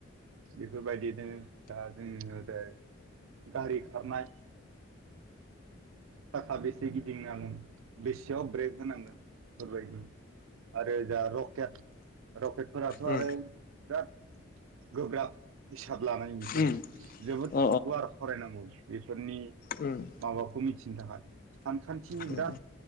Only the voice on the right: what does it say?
बेफोरबायदिनो दा जोंङो जाय गारि खारनाय साखा बे गिदिं नांगोन बेसेयाव <unintelligible> होनांगोन बेफोरबायदि आरो जा रकेट रकेटफोराथ'
आरो बिराद गोब्राब <unintelligible> <unintelligible> लानाय बेफोरो
जोबोद
गुवार फरायनांगौ। फोरनि
माबाखौ मिथि <unintelligible> सानखान्थिनि
बिराद